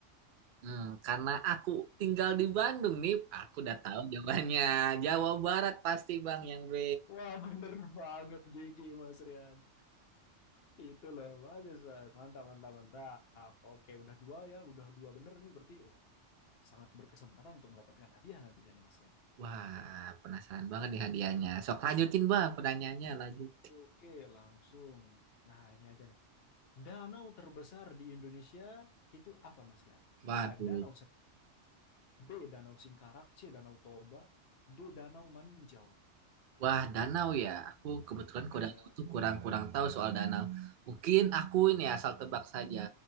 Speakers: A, on the right; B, on the left.
A: Hmm, karena aku tinggal di Bandung nih, aku udah tahu jawabannya. Jawa Barat pasti, Bang, yang B.
B: Wah bener banget GG Mas Rian Itu loh bagus Mas Mantap mantap mantap Oke udah dua ya Udah dua bener nih berarti Wah sangat berkesempatan untuk mendapatkan hadiah nantinya nih Mas Rian
A: Wah, penasaran banget nih hadiahnya. Sok lanjutin, Bang, pertanyaannya lanjut.
B: Oke oke langsung Nah ini aja nih Danau terbesar di Indonesia itu apa Mas Rian?
A: Waduh,
B: A. Danau Sek B. Danau Singkarak C. Danau Toba D. Danau Maninjau
A: Wah, danau ya. Aku kebetulan
B: Bener
A: kalau danau tuh kurang-kurang tahu soal danau. Mungkin aku ini asal tebak saja.